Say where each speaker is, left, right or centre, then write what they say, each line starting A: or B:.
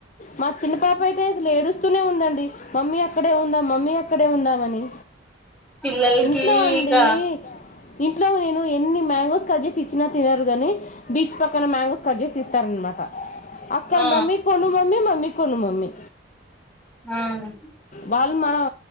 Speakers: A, on the left; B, in the centre.
A: మా చిన్న పాప అయితే అసలు ఏడుస్ తూనే ఉందండి మమ్మీ అ అక్కడే ఉందా మమ్మీ, అక్కడే ఉందామని
B: పిల్లలకి
A: ఇంట్లో అండీ.
B: ఇక
A: ఇంట్లో నేను ఎన్ని మ్యాంగోస్ కట్ చేసి ఇచ్చినా తినరు గానీ, బీచ్ పక్కన మ్యాంగోస్ కట్ చేసి ఇస్తారనమాట. అక్కడ
B: ఆ
A: మమ్మీ కొను మమ్మీ మమ్మీ కొను మమ్మీ
B: హ్మ్
A: వాళ్ళు మనం